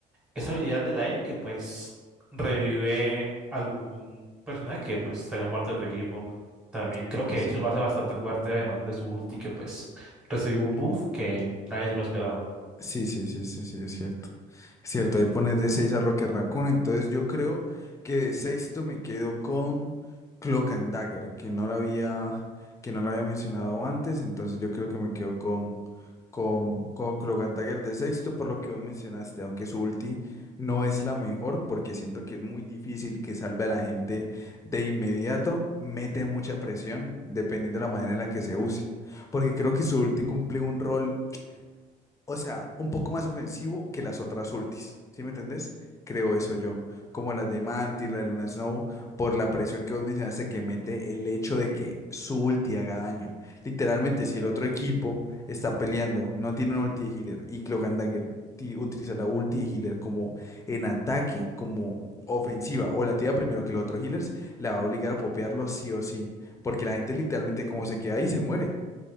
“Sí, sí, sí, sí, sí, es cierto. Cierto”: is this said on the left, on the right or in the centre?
Left